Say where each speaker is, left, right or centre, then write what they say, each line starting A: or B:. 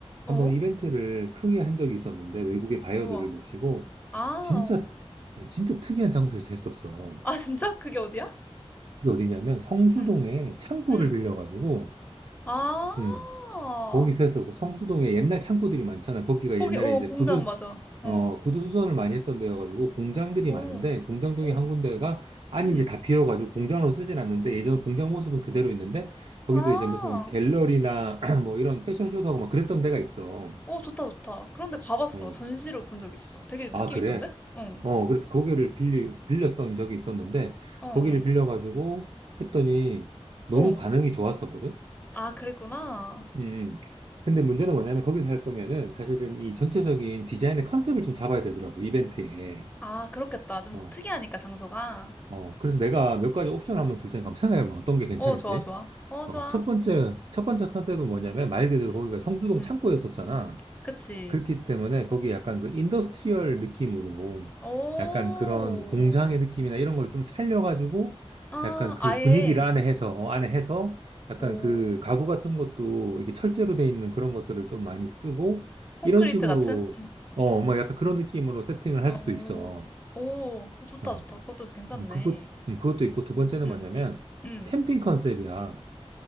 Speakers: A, on the right; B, on the left.
A: 한번
B: 어,
A: 이벤트를 크게 한 적이 있었는데 외국의 바이어들을
B: 우와.
A: 모시고
B: 아,
A: 진짜,
B: 어.
A: 진짜 특이한 장소에서 했었어.
B: 아, 진짜? 그게 어디야?
A: 그게 어디냐면 성수동에
B: 응,
A: 창고를
B: 응.
A: 빌려가지고
B: 아,
A: 음,
B: 어.
A: 거기서 했어서 성수동에 옛날 창고들이 많잖아. 거기가
B: 거기,
A: 옛날에
B: 어,
A: 이제
B: 공장
A: 구두,
B: 맞아. 어,
A: 어, 구두 수선을 많이 했던 데여가지고 공장들이
B: 어,
A: 많은데 공장동에
B: 어,
A: 한 군데가 아니
B: 응.
A: 이제 다 비어가지고 공장으로 쓰진 않는데 예전 공장 모습은 그대로 있는데 거기서
B: 아.
A: 이제 무슨 갤러리나 <clears throat> 뭐 이런 패션쇼도 하고 막 그랬던 데가 있어.
B: 어, 좋다, 좋다. 그런데 가봤어.
A: 어.
B: 전시를 본 적 있어. 되게
A: 아,
B: 느낌
A: 그래?
B: 있던데? 어,
A: 어, 그래서 거기를 빌리, 빌렸던 적이 있었는데
B: 어, 어,
A: 거기를 빌려가지고 했더니 너무
B: 어.
A: 반응이 좋았었거든?
B: 아, 그랬구나.
A: 음. 근데 문제는 뭐냐면 거기서 할 거면은 사실은 이 전체적인 디자인의 컨셉을 좀 잡아야 되더라고, 이벤트에.
B: 아, 그렇겠다. 좀
A: 어,
B: 특이하니까, 장소가.
A: 어. 그래서 내가 몇 가지 옵션을 한번 줄 테니까 한번 생각해봐. 어떤 게 괜찮을지.
B: 어, 좋아, 좋아. 어,
A: 어,
B: 좋아.
A: 첫 번째, 첫 번째 컨셉은 뭐냐면 말 그대로
B: 음,
A: 거기가 성수동
B: 음.
A: 창고였었잖아.
B: 그치.
A: 그렇기 때문에 거기 약간 그 인더스트리얼 느낌으로
B: 오,
A: 약간 그런 공장의 느낌이나 이런 걸 좀 살려가지고
B: 아,
A: 약간 그
B: 아예,
A: 분위기를 안에 해서, 어, 안에 해서 약간
B: 오,
A: 그 가구 같은 것도 이렇게 철제로 돼 있는 그런 것들을 좀 많이 쓰고
B: 콘크리트
A: 이런 식으로
B: 같은?
A: 어, 뭐 약간 그런 느낌으로 세팅을 할
B: 오,
A: 수도 있어.
B: 오, 그거 좋다,
A: 어,
B: 좋다. 그것도 괜찮네.
A: 음, 그것, 음, 그것도 있고 두 번째는
B: 음,
A: 뭐냐면
B: 음.
A: 캠핑 컨셉이야.